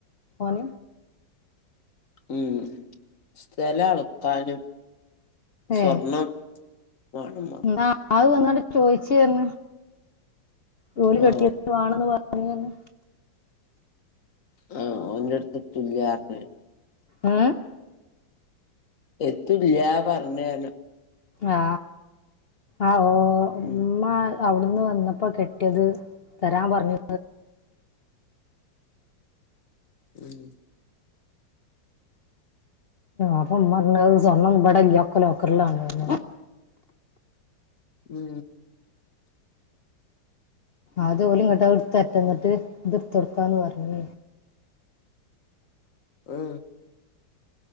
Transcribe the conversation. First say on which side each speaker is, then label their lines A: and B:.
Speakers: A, on the left; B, on the left.
A: ഓൻ
B: ഉം സ്ഥലം അളക്കാനും സ്വർണം
A: ഏ
B: വേണമെന്ന്
A: എന്നാ അത് വന്നങ്ങണ്ട് ചോയിച്ചു എന്ന് ജോലി കിട്ടിയ
B: ആ
A: വേണെന്ന് പറ പറഞ്ഞു
B: ആ ഒന്റെ അടുത്ത് എത്തുല്ലാന്നു പറഞ്ഞു <unintelligible>
A: ഏ
B: എത്തൂല്ല പറഞ്ഞയാണ് <unintelligible>
A: ആ ആ ഓ
B: ഉം
A: മ്മാ അവിടുന്ന് വന്നപ്പോ കെട്ടിയത് തരാൻ പറഞ്ഞു
B: ഉം
A: അപ്പം ഉമ്മ പറഞ്ഞു സ്വർണ്ണം ഇവിടെയില്ല എല്ലാം ലോക്കറിൽ ആണെന്ന്
B: ഉം
A: അത് ഓല് ഇങ്ങോട്ട് എടുത്ത് തരട്ടെ ന്ന് ന്നിട്ട് ഇത് ടുത്ത് കൊടുക്കാന്ന് പറഞ്ഞ
B: ഏ